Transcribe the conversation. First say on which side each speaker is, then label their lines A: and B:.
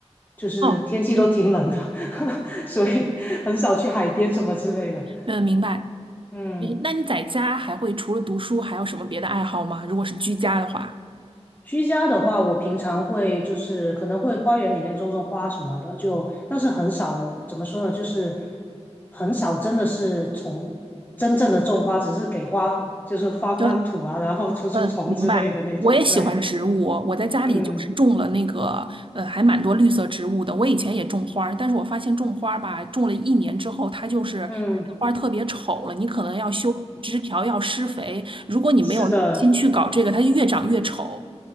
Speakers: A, on the left; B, on the right.
A: 就是天气都挺冷的，
B: 哦，嗯，
A: <laughs> 所以很少去海边什么之类的。
B: 呃明白。
A: 嗯。
B: 诶那你在家还会除了读书还有什么别的爱好吗？如果是居家的话。
A: 居家的话，我平常会就是可能会花园里面种种花什么的，就但是很少，怎么说呢，就是很少真的是从真正的种花，只是给花就是翻翻土啊，
B: 就
A: 然后 <laughs> 除除虫之类的那种。
B: 嗯，明白。我也喜欢植物，
A: 对，
B: 我在家里就是种了那个呃，
A: 嗯
B: 还蛮多绿色植物的。我以前也种花儿，但是我发现种花儿吧，种了一年之后，它就是开的花儿特别丑了。
A: 嗯，
B: 你可能要修枝条，要施肥。如果你没有耐心去搞这个，
A: 是的。
B: 它就越长越丑。